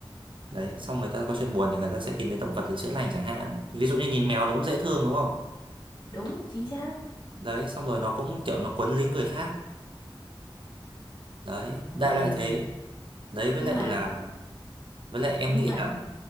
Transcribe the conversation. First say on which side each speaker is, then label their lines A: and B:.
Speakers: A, on the right; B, on the left.
A: đấy xong người ta có chuyện buồn thì người ta sẽ tìm đến động vật để chữa lành chẳng hạn ví dụ như nhìn mèo nó cũng dễ thương đúng không
B: đúng chính xác
A: đấy xong rồi nó cũng kiểu nó quấn lấy người khác đấy
B: ừ.
A: đại loại thế đấy với
B: nhưng
A: lại
B: mà
A: là với lại em
B: nhưng
A: nghĩ
B: mà
A: là